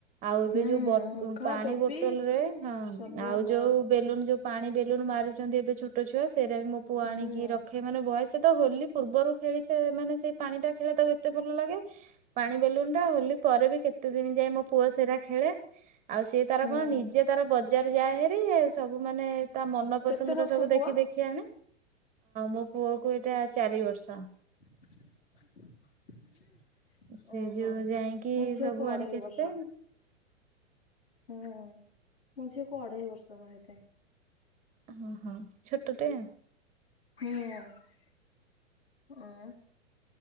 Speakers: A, on the right; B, on the left.
A: ଆଉ ଏବେ
B: ହୁଁ
A: ଯୋଉ
B: ମୁଖା
A: ପାଣି
B: ଟୋପି
A: ବୋଟଲ ରେ ହଁ
B: ସବୁ
A: ଆଉ
B: ହଁ
A: ଯୋଉ ବେଲୁନ୍ ଯୋଉ ପାଣି ବେଲୁନ୍ ମାରୁଛନ୍ତି ଏବେ ଛ ଛୋଟ ଛୁଆ ସେଟା ମୋ ପୁଅ
B: ହୁଁ
A: ଆଣିକି ରଖେ ମାନେ ବୟସ ତ ହୋଲି ପୂର୍ବରୁ ଖେଳିଛ ମାନେ ସେଇ ପାଣି ଟା ଖେଳିବା ତାକୁ ଏତେ ଭଲ ଲାଗେ। ପାଣି ବେଲୁନ ଟା ହୋଲି ପରେ ବି କେତେ ଦିନ ଯାଏ ମୋ ପୁଅ ସେଟା ଖେଳେ। ଆଉ ସିଏ ତାର
B: ହୁଁ
A: କଣ ନିଜେ ତାର ବଜାର ଯାଏ ହେରି ସବୁ ମାନେ ତା ମନ
B: କେତେ
A: ପସନ୍ଦ
B: ବର୍ଷ
A: ର ସବୁ
B: ପୁଅ?
A: ଦେଖି ଦେଖି ସିଏ ଆଣେ ମୋ ପୁଅ କୁ ଏଇଟା ଚାରି ବର୍ଷ।
B: <unintelligible>
A: ସେ
B: ଓହୋ
A: ଯୋଉ
B: ମୋ
A: ଯାଇକି
B: ଝିଅକୁ
A: ସବୁ
B: ଅଢେଇ
A: ଆଣିକି ଆସେ।
B: ବର୍ଷ। ହୁଁ ମୋ ଝିଅକୁ ଅଢେଇ ବର୍ଷ ହେଇଥାଏ।
A: ଓହୋ ଛୋଟ ଟେ ଆଉ।
B: ହୁଁ ଉଁ।